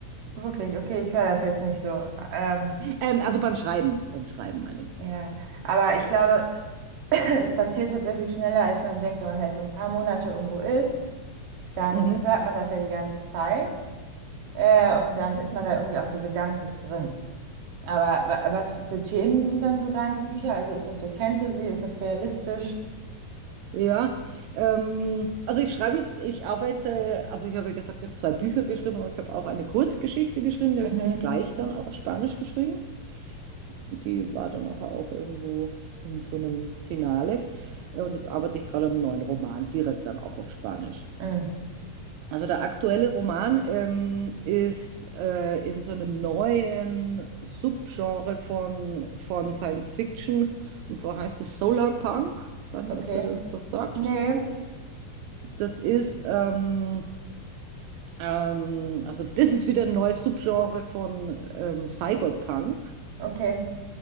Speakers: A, on the right (about 60°); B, on the right (about 80°).
A: wirklich, okay, ich höre das jetzt nicht so. Ähm,
B: Ähm, also beim Schreiben, beim Schreiben meine ich.
A: ja, aber ich glaube, <laughs> <clears throat> es passiert tatsächlich schneller, als man denkt, wenn man halt so ein paar Monate irgendwo ist, dann
B: Mhm.
A: hört man das ja die ganze Zeit. Äh, und dann ist man da irgendwie auch so gedanklich drin. Aber wa- was für Themen sind dann so deine Bücher? Also ist das so Fantasy? Ist das realistisch?
B: Ja, ähm, also ich schreibe jetzt, ich arbeite, also ich habe ja gesagt, ich habe zwei Bücher geschrieben, aber ich habe auch eine Kurzgeschichte geschrieben, die habe
A: Mhm.
B: ich nämlich gleich dann auf Spanisch geschrieben. Die war dann nachher auch irgendwo in so einem Finale. Und jetzt arbeite ich gerade am neuen Roman, direkt dann auch auf Spanisch.
A: Mhm.
B: Also der aktuelle Roman ähm, ist äh, in so einem neuen Subgenre von, von Science Fiction, und zwar heißt es Solarpunk. Ich weiß nicht,
A: Okay.
B: ob dir das was sagt.
A: Nee.
B: Das ist, ähm, ähm, also das ist wieder ein neues Subgenre von ähm, Cyberpunk.
A: Okay.